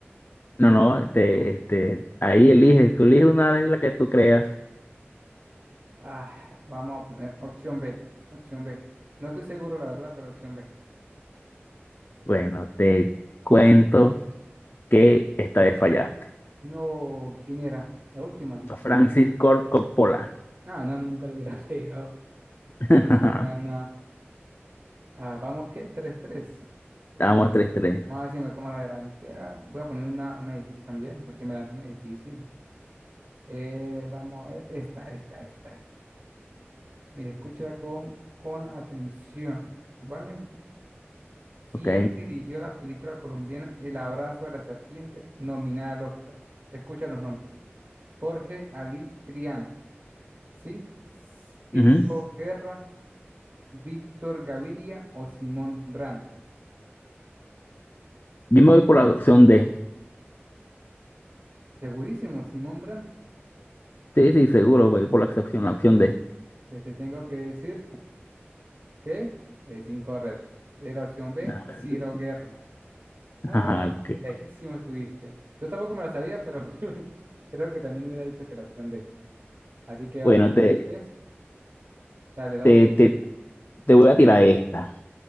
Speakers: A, on the left; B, on the right.
A: No, no, te, este, ahí eliges, tú eliges una de las que tú creas.
B: Ah, vamos a poner opción B, opción B. No estoy seguro, la verdad, pero opción B.
A: Bueno, te cuento que esta vez fallaste.
B: No, ¿quién era? La última.
A: Francis Ford Coppola.
B: Ah, no, nunca lo hubiera <laughs> pegado.
A: <laughs>
B: Ah, nada, no. Ah, vamos, qué tres-tres.
A: Estamos tres tres,
B: Vamos a ver si me toma la delantera. Voy a poner una, una difícil también, porque me lanzó una difícil. Eh, vamos a ver, esta, esta, esta, esta. Mire, escúchala con, con atención, ¿vale? ¿Quién
A: ok
B: dirigió la película colombiana El abrazo de la serpiente, nominada al Oscar? Escucha los nombres. Jorge Ali Triana, ¿sí? Circo
A: Ujú.
B: Guerra, Víctor Gaviria o Simón Brandt.
A: Yo me voy por la opción D.
B: Segurísimo, Simón Brandt.
A: Sí, sí, seguro, voy por la opción, la opción D.
B: Pues te tengo que decir que es incorrecto. Es la opción B,
A: <laughs>
B: Ciro Guerra. No,
A: Ajá,
B: no, no,
A: ok.
B: lejísimo estuviste. Yo tampoco me la sabía, pero <laughs> creo que también hubiera dicho que la opción D. Así que vamos,
A: Bueno,
B: tres,
A: te,
B: tres. Dale, la
A: te,
B: última.
A: te, te voy a tirar esta.